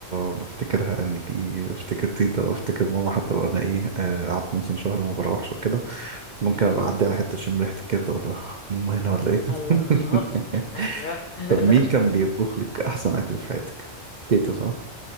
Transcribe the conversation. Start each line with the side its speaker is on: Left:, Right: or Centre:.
Right: بفتكرها يعني دي بفتكر تيتا أو أفتكر ماما حتى لو أنا إيه آه، قعدت مثلا شهر ما بروحش وكده ممكن أبقى
Left: مم.
Right: أعدي على حتة أشم ريحة الكبدة أقول لها ماما هنا ولا إيه
Left: الله
Right: <laughs>
Left: ايوه <laughs>
Right: طب مين كان بيطبخ لك أحسن أكل في حياتك؟ تيتا صح؟